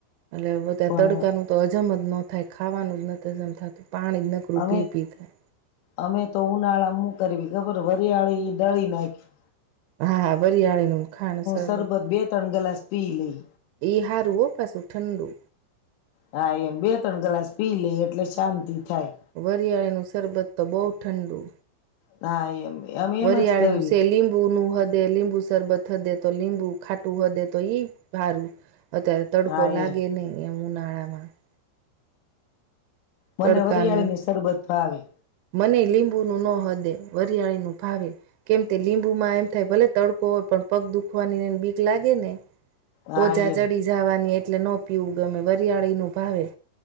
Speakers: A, on the right; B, on the left.
A: હલે એ તે
B: પણ
A: તડકાનું તો હજમ જ ન થાય ખાવાનું જ હજમ નથ થતું. પાણી નકરૂ
B: અમે
A: પી પી થાય.
B: અમે તો ઉનાળા માં શુ કરયે ખબર વરિયાળી દળી નાખીએ.
A: હા હા વરિયાળીનું ખાંડ સરબત
B: શરબત બે ત્રણ ગ્લાસ પી લઈ
A: ઈ હારું ઓ પાસુ ઠંડુ.
B: હા એમ. બે ત્રણ ગલાસ પીઈ લયે એટલે શાંતિ થાય
A: વરિયાળી નું શરબત તો બો ઠંડુ
B: હા એમ અમે
A: વરિયાળી
B: એમ જ કરવી
A: નું સે લીંબુ નું હો દે લીંબુ શરબત થ દેતો લીંબુ ખાટુ હો દેતો ઈ ભારી અત્યારે તડકો
B: હા
A: લાગે
B: એમ
A: નહિ એમ ઉનાળા માં <inaudible>
B: મને
A: તડકાનું
B: વરિયાળી નું શરબત ભાવે
A: મને લીંબુ નું ન હદે વરિયાળી નું ભાવે કેમ કે લીંબુમાં એમ થાય ભલે તડકો હોય પણ પગ દુખવાની બીક લાગે ને.
B: હા
A: સોજા
B: એમ
A: ચડી જવાની એ એટલે ન પીવું ગમે વરિયાળી નું ભાવે.